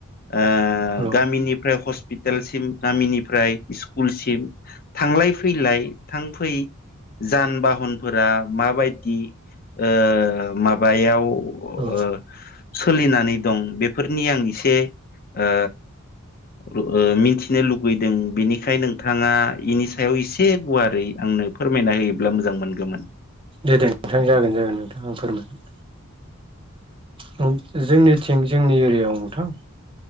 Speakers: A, on the left (about 45°); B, on the right (about 25°).
A: ओ
B: औ
A: गामिनिफ्राय हस पिटालसिम गामिनिफ्राय स्कुलसिम थांलाय फैलाय थां फै जान बाहन फोरा माबायदि ओ माबायाव
B: औ
A: ओ सोलिनानै दं बेफोरनि आं एसे से ओ ओ मिथिनो लु बैदों बेनिखायनो नोंथाङा बेनि सायाव एसे गुवारै आंनो फोरमायना होयोब्ला मोजां मोनगोन। गोमोन
B: दे दे नोंथां जागोन जागोन नोंथां आं फोरमायगोन। जों जोंनिथिं जोंनि एरियायाव नोंथां